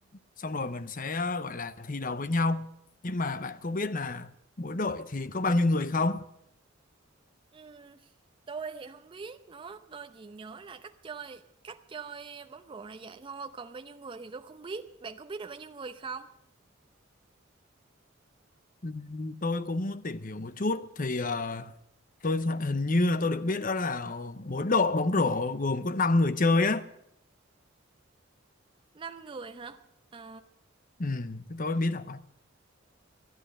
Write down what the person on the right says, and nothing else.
Ừm, tôi thì không biết nữa tôi chỉ nhớ là cách chơi cách chơi bóng rổ là vậy thôi còn bao nhiêu người thì tôi không biết bạn có biết là bao nhiêu người không
năm người hả à